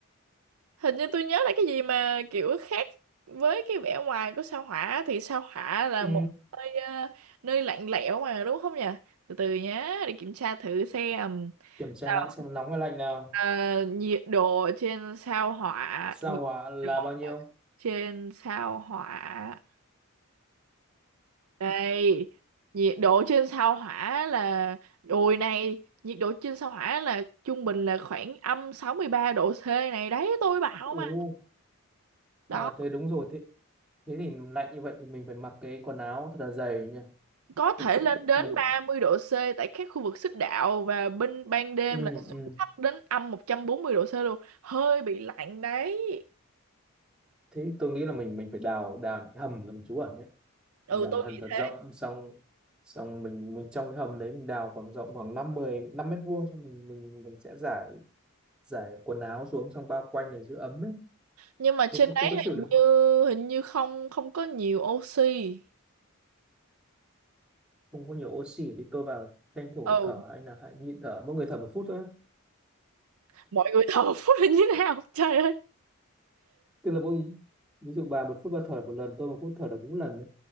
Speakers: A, on the right (about 80°); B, in the centre.
A: hình như tôi nhớ là cái gì mà kiểu khác với cái vẻ ngoài của sao hỏa thì sao hỏa là
B: ừ.
A: một nơi ờ, nơi lạnh lẽo mà đúng không nhỉ từ từ nhé để kiểm tra thử xem
B: kiểm tra
A: Nào,
B: lại xem nóng hay lạnh nào
A: ờ, nhiệt độ trên sao hỏa
B: sao
A: nhiệt
B: hỏa là
A: độ
B: bao nhiêu
A: trên sao hỏa đây nhiệt độ trên sao hỏa là ôi này nhiệt độ trên sao hỏa là trung bình là khoảng âm 63 độ C này đấy tôi bảo mà
B: Ồ, À,
A: đó
B: thế đúng rồi thế thế thì lạnh như vậy thì mình phải mặc cái quần áo thật là dày nha
A: có thể
B: thật sự
A: lên đến
B: mình
A: 30 độ C tại các khu vực xích đạo và bên ban đêm
B: ừ,
A: là
B: ừ.
A: xuống thấp đến âm 140 độ C luôn hơi bị lạnh đấy
B: thế thì tôi nghĩ là mình mình phải đào đào những cái hầm làm trú ẩn đấy
A: ừ
B: mình đào
A: tôi
B: cái
A: nghĩ
B: hầm thật
A: thế
B: rộng xong xong mình mình trong cái hầm đấy mình đào khoảng rộng khoảng năm mười năm mét vuông xong mình mình mình sẽ giải giải quần áo xuống xong bao quanh để giữ ấm ấy
A: nhưng mà
B: thế
A: trên
B: có-
A: đấy
B: thế có chịu
A: hình
B: được không
A: như hình như không không có nhiều oxy
B: Không có nhiều oxy thì tôi vào tranh thủ
A: ừ
B: thở hay là hay nhịn thở mỗi người thở một phút thôi
A: mọi người thở phút là như thế nào <laughs> trời ơi
B: tức là mỗi ví dụ bà một phút bà thở một lần tôi một phút thở được bốn lần đấy